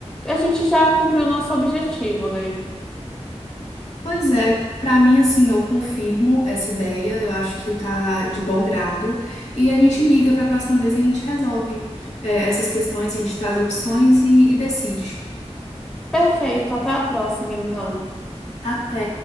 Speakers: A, in the centre; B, on the left.
A: a gente já cumpriu o nosso objetivo, né?
B: Pois é, pra mim, assim, eu confirmo essa ideia. Eu acho que tá de bom grado. E a gente liga pra próxima vez e a gente resolve, é, essas questões, a gente traz opções e e decide.
A: Perfeito, até a próxima, então.
B: Até.